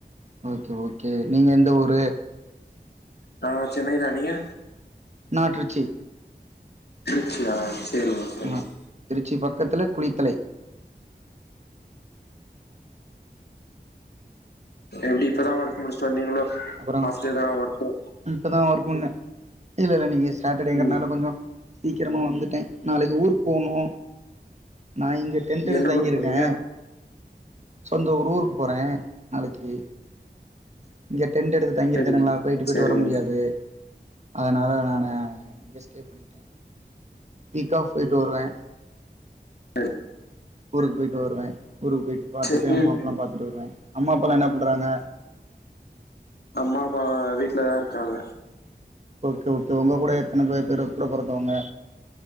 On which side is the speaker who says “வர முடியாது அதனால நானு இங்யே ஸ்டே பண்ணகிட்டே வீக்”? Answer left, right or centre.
Right